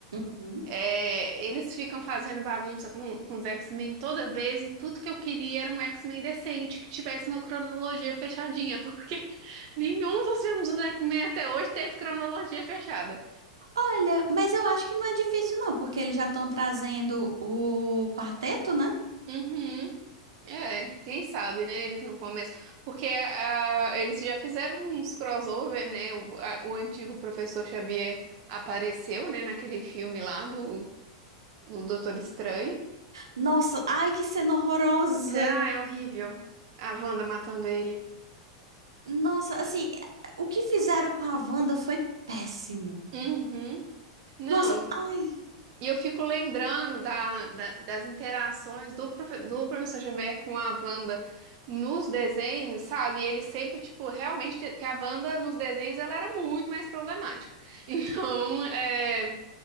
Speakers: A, on the right; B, on the right.
A: Uhum.
B: É, eles ficam fazendo bagunça com, com os X-Men toda vez e tudo que eu queria era um X-Men decente, que tivesse uma cronologia fechadinha, porque <laughs> nenhum dos filmes dos X-Men até hoje teve cronologia fechada.
A: Olha, mas eu acho que não é difícil, não, porque eles já estão trazendo o quarteto, né?
B: Uhum. É, quem sabe, né? Eles não começam. Porque ah, eles já fizeram uns crossover, né? O, a- o antigo professor Xavier apareceu, né, naquele filme lá do, do Doutor Estranho.
A: Nossa, ai, que cena horrorosa!
B: Ah, é horrível. A Wanda matando ele.
A: Nossa, assim, o que fizeram com a Wanda foi péssimo.
B: Uhum. Não,
A: Nossa, ai.
B: e eu fico lembrando da, da- das interações do, profe- do professor Xavier com a Wanda nos desenhos, sabe? E ele sempre, tipo, realmente, te- que a Wanda nos desenhos ela era muito mais problemática. <laughs> Então, é,